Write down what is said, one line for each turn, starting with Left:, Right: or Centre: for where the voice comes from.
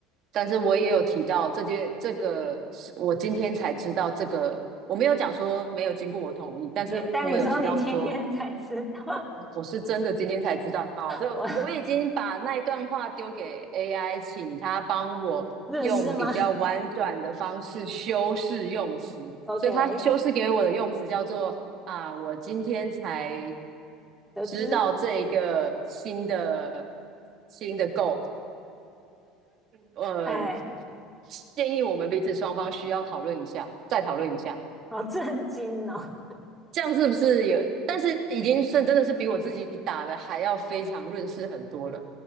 Right: 但是我也有提到这件，这个是我今天才知道这个，我没有讲说没有经过我同意，但是我有提到说
Centre: 也，但你说你今天才知道，
Right: 我是真的今天才知道，啊，这我已经把那一段话丢给
Centre: <laughs> 我
Right: AI，请他帮我用比较婉转的方式修饰用词，
Centre: 认识吗？OK，
Right: 所以他修饰给我的用词叫做啊，我今天才
Centre: 得知，
Right: 知道这一个新的新的 goal。呃，
Centre: 哎，
Right: 建议我们彼此双方需要讨论一下，再讨论一下，
Centre: <laughs> 好震惊哦，
Right: 这样是不是有？但是已经是真的是比我自己打的还要非常润饰很多了。